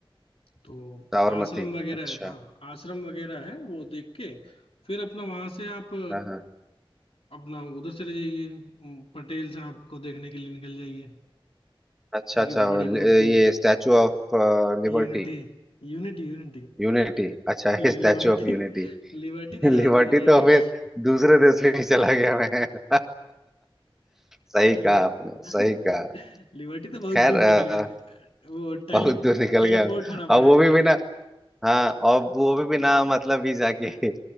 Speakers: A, on the left; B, in the centre.
A: तो
B: साबरमती
A: आश्रम वगैरह
B: अच्छा
A: है हाँ आश्रम वगैरह है वो देख के फिर अपना वहां से आप
B: हाँ हाँ
A: अब ना उधर चले जाइए उम, पटेल साहब को देखने के लिए निकल जाइए
B: अच्छा
A: उनकी
B: अच्छा
A: बड़ी
B: ल-
A: मूर्ति
B: ये स्टैचू ऑफ लिबर्टी
A: Unity unity unity
B: यूनिटी अच्छा <laughs>
A: Liberty
B: ये स्टैचू ऑफ यूनिटी
A: Liberty
B: <laughs>
A: तो ज्यादा
B: लिबर्टी
A: दूर हो जाएगा
B: तो फिर दूसरे देश में ही चला गया मैं <laughs> सही
A: हाँ,
B: कहा आपने सही
A: लिबर्टी
B: कहा
A: तो बहुत
B: खैर
A: दूर निकल
B: अ,
A: गए वो टेली
B: बहुत दूर निकल
A: टेलीपोर्ट
B: गया
A: होना
B: अब
A: पड़ेगा
B: वो
A: उसके
B: भी बिना
A: लिए
B: हाँ और वो भी बिना मतलब वीजा के